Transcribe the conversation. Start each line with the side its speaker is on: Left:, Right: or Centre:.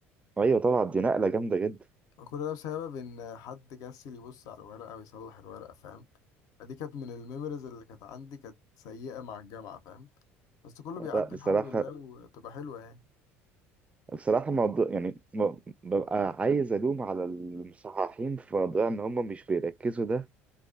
Right: ايوه طبعا دي نقلة جامدة جدا
Left: وكل ده بسبب ان حد كسل يبص على الورقة ويصلح الورقة فاهم فدي كانت من الميموريز اللي كانت عندي كانت سيئة مع الجامعة فاهم بس كله بيعدي
Right: لا بصراحة
Left: الحمد لله وتبقى حلوة يعني
Right: بصراحة موضوع يعني م- ببقى عايز ألوم على المصححين في موضوع إن هم مش بيركزوا ده